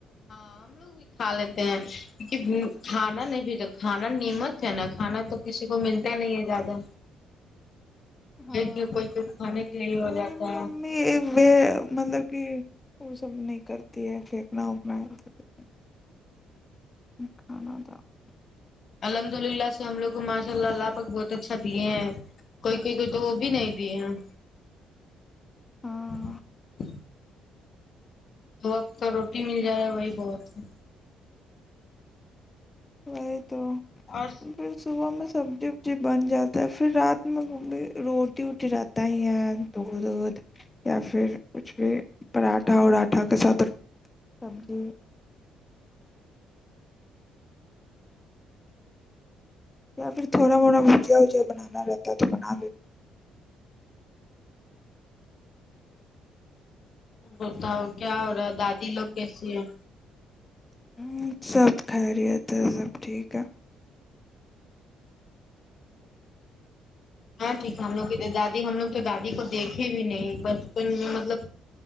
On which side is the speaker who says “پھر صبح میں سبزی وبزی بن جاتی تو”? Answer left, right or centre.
Left